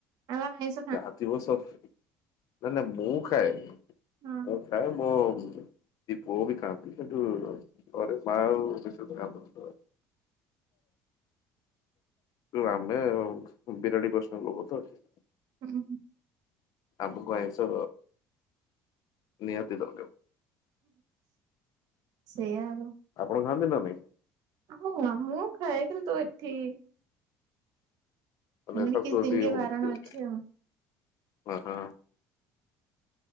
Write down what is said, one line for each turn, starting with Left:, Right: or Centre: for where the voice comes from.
Right: ଆମ ମିସ୍।
Left: ଯାହାଥିବ ସବୁ ହେନେ ମୁଁ ଖାଏ।
Right: ହଁ।
Left: ମୁଁ ଖାଏ ମୋ ସେ ପୁଅ ବି ଖାଆନ୍ତି କିନ୍ତୁ ଘରେ ମା ଆଉ ସେ ସ ଆମେ ବିରାଡି ପ୍ରସନ ଲୋକ ତ ଅ।
Right: ହୁଁ ହଁ।
Left: ଆମକୁ ଆଇଁଷ ନିହାତି ଦରକାର।
Right: ସେଇୟାଉ।
Left: ଆପଣ ଖାଆନ୍ତି ନା ନାଇଁ।
Right: ହଁ ମୁଁ ଖାଏ କିନ୍ତୁ ଏଠି
Left: ମେ
Right: ଏମିତି
Left: ସ
Right: କିଛି
Left: <unintelligible>
Right: ଦିନ ଟିକେ ବାରଣ ଅଛି ଆଉ।
Left: ହ ହଁ।